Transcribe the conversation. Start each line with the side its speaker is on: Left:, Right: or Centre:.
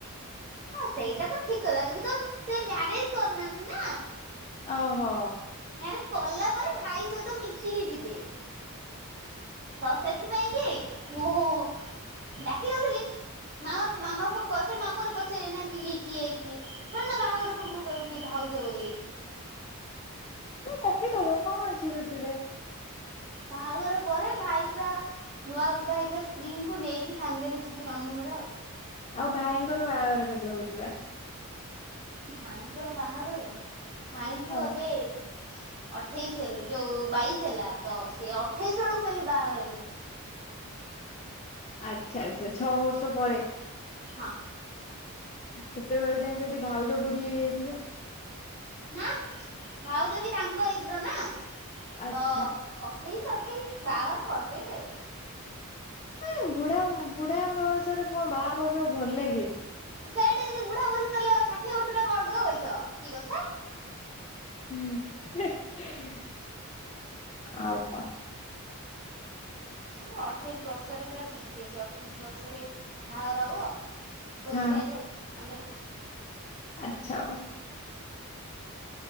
Right: ହଁ ସେଇଟା ତ ଠିକ୍ କଥା ବିକଜ୍ ସେ ମ୍ୟାରେଜ୍ କରି ନାହାନ୍ତି ନା?
Left: ଓ ହୋ।
Right: ମ୍ୟାରେଜ୍ କଲା ପରେ ଭାଇ ସହିତ ମିଶିକି ଯିବେ। ହଁ ସେଥିପାଇଁ କି ମୁଁ ଡାକ ନଥିଲି। ମାମା ମାମା ପୁଣି ପଛରେ ମାମୁଁ ହରକୁ ପଚାରିବେ ନା କି ଏ କିଏ କିଏ ଥୋଇ ନା ବାହାଘର ପୂର୍ବରୁ କହିବୁ କି ଇଏ ଭାଉଜ ବୋଲି?
Left: କହି
Right: ସେଥିପାଇଁ
Left: ଦବ କଣ ଅଛି ସେଥିରେ?
Right: ବାହାଘର ପରେ ଭାଇ ପୁରା ନୂଆ ବିବାହିତ ସ୍ତ୍ରୀଙ୍କୁ ନେଇକି ସାଙ୍ଗେରେ ଯିବେ ମାମୁଁ ଘର ଆଉ।
Left: ଆଉ ଭାଇଙ୍କର ବାହାଘର କେବେ ହୋଉଛି ପା?
Right: ଭାଇଙ୍କର ବାହାଘର? ଭାଇଙ୍କୁ
Left: ହଁ।
Right: ଏବେ ଆଠେଇସି ହେଲ୍ ଯୋଉ ବାଇଶି ହେଲା ତ ସେ ଆଠେଇଶି ବେଳକୁ ମ ଏଇ ବାହାଘର ହେବେ।
Left: ଆଚ୍ଛା ଆଚ୍ଛା ଛଅ ବର୍ଷ ପରେ।
Right: ହଁ।
Left: ସେତେବେଳେ ଯାଏ ଯଦି ଭାଉଜ ବୁଢୀ ହେଇଯାଇଥିବ?
Right: ନାଁ, ଭାଉଜ ବି ତାଙ୍କ ଏଜ ର ନା
Left: ଆଚ୍ଛା
Right: ତ ଅଠେଇଶ ଅଠେଇଶ ବାହାଘର କରିଦେବେ ଆଉ।
Left: ଉଁ ବୁଢା ବୁଢା ଵୟସରେ କଣ ବାହା ହେବା କୁ ଭଲ ଲାଗେ?
Right: ସେଇଠି ଯଦି ବୁଢା ବୟସ ତାହେଲେ, ଷାଠିଏ ବର୍ଷ ଟା କଣ ଅଠର ବର୍ଷ କି କଥା?
Left: <unintelligible> ଆଉ କଣ?
Right: ଆମର ଅଠେଇଶ ବର୍ଷରେ ପୁରା ଫିକ୍ସ ହେଇଛି, ଅଠେଇଶ ବର୍ଷରେ ବାହାଘର ହେବ। ଭୋଜି
Left: ହଁ
Right: ଖାଇବୁ ଆଉ ଆମେ।
Left: ଆଚ୍ଛା।